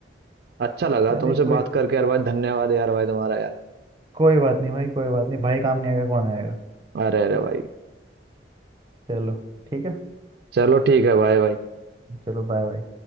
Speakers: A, on the right (about 55°); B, on the right (about 25°).
A: अच्छा लगा
B: अरे
A: तुमसे
B: कोई
A: बात करके यार भाई धन्यवाद यार भाई तुम्हारा यार
B: कोई बात नहीं भाई कोई बात नहीं भाई काम नहीं आएगा कौन आएगा
A: अरे अरे भाई
B: चलो ठीक है
A: चलो ठीक है भाई भाई
B: चलो बाय बाय